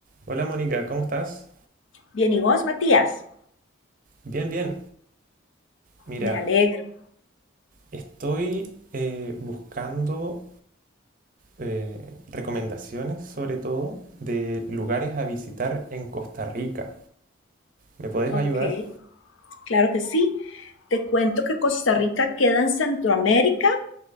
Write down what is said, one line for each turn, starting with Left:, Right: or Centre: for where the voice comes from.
Right: Hola Mónica, ¿cómo estás?
Left: Bien, ¿y vos, Matías?
Right: Bien, bien. Mira,
Left: Me alegro.
Right: estoy eh, buscando eh, recomendaciones sobre todo de lugares a visitar en Costa Rica. ¿Me puedes
Left: Ok,
Right: ayudar?
Left: claro que sí. Te cuento que Costa Rica queda en Centroamérica.